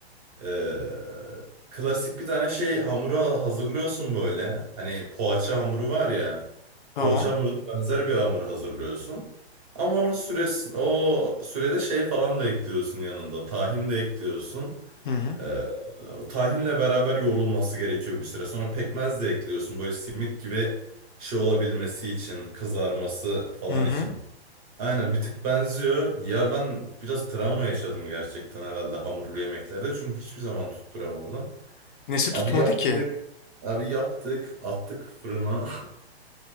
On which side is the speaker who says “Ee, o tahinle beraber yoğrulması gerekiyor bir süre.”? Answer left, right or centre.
Right